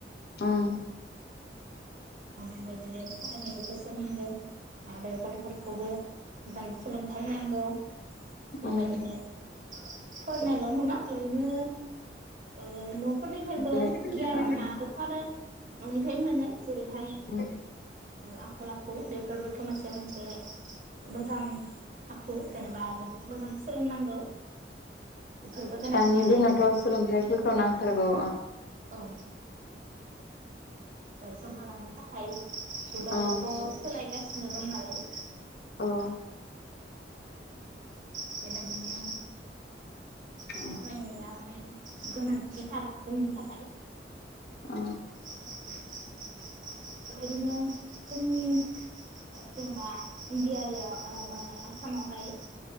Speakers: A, on the left; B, on the right.
A: अह
B: दा बेबायदिनो फरायनायाव गोसो होनांगोन आरो गथ'फोरखौबो मोजां सोलोंथाइ होनांगौ। बेबायदिनो
A: उम
B: फरायनायल नङा ओरैनो ओ न'फोरनिफायबो
A: बेलेग
B: गियानाबोथ
A: ओं
B: आरो न'निफायनो मोनो। जेरैहाय
A: उम
B: आखल आखु बेफोरबोथ' मोनसे मोनसे मोजां आखु जेनेबा मोजां सोलोंनांगौ। बेफोरबो गोनांथि
A: दानि
B: नालाय
A: दिनावथ सोलोंथाइफोरखौ नांथारगौ।
B: औ। जौगालांनो थाखाय जुगाबोथ
A: औ
B: सोलायगासिनो दं नालाय।
A: अह
B: बेबायदिनो
A: उम
B: फरायनाया गोनांथिथार जोंनि थाखाय।
A: अ
B: <inaudible> बेबायदिनो जोंनि जेनेबा इन्डियाया आ <unintelligible> आसामावहाय